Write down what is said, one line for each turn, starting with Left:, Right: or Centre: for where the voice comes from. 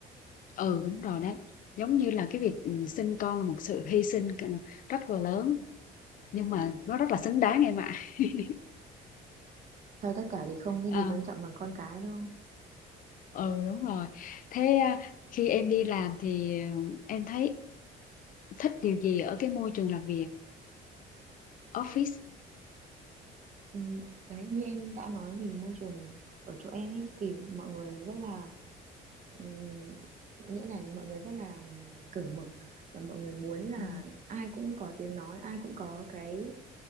Left: ừ đúng rồi đấy giống như là cái việc ừ, sinh con là một sự hy sinh rất là lớn nhưng mà nó rất là xứng đáng em ạ <laughs>
Right: sau tất cả thì không cái
Left: À,
Right: gì quan trọng bằng con cái đúng không
Left: ừ đúng rồi. Thế à, khi em đi làm thì ừ, em thấy thích điều gì ở cái môi trường làm việc, office?
Right: ừ, đấy như em đã nói thì môi trường ở chỗ em ấy thì mọi người rất là ừ, nghĩa là mọi người rất là cởi mở và mọi người muốn là
Left: Ừ,
Right: ai cũng có tiếng nói ai cũng có cái